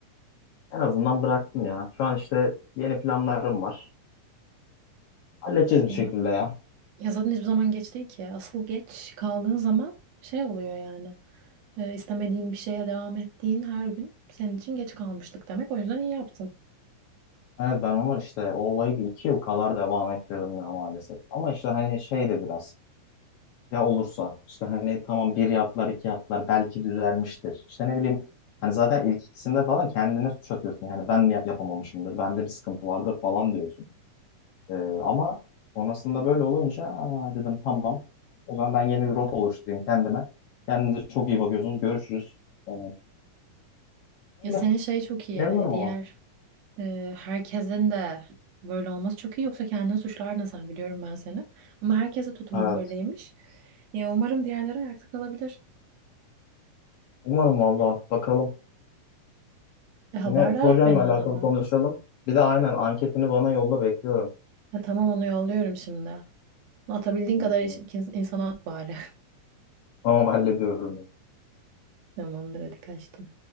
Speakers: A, on the left; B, on the right.
A: en azından bıraktım ya. Şu an işte yeni planlarım var. Halledeceğiz bir
B: Ya,
A: şekilde ya.
B: ya zaten hiçbir zaman geç değil ki. Asıl geç kaldığın zaman şey oluyor yani. Ee, istemediğin bir şeye devam ettiğin her gün senin için geç kalmışlık demek. O yüzden iyi yaptın.
A: Evet ben onu işte o olayı bir iki yıl kadar devam ettirdim ya maalesef. Ama işte hani şey de biraz Ya olursa işte hani tamam bir yaptılar iki yaptılar belki düzelmiştir. İşte ne bileyim hani zaten ilk ikisinde falan kendine suç atıyorsun. Yani ben ya- yapamamışımdır bende bir sıkıntı vardır falan diyorsun. Ee, ama sonrasında böyle olunca "Aa," dedim tamam o zaman ben yeni bir rota oluşturayım kendime. Kendinize çok iyi bakıyorsunuz görüşürüz. Ee,
B: Ya
A: öyle
B: senin şey çok iyi
A: memnunum
B: hani diğer
A: ama.
B: e, herkesin de böyle olması çok iyi yoksa kendini suçlardın sen biliyorum ben seni. Ama herkese tutum
A: Evet
B: böyleymiş. Ya umarım diğerleri ayakta kalabilir.
A: umarım valla bakalım.
B: E, haberdar
A: Yine projenle
B: et beni
A: alakalı
B: o zaman.
A: konuşalım. Bir de aynen anketini bana yolla bekliyorum.
B: E, tamam onu yolluyorum şimdi. Atabildiğin
A: Tamam
B: kadar
A: tamam.
B: iş- ikin- insana at bari.
A: Tamam hallediyorum.
B: <laughs> Tamamdır hadi kaçtım.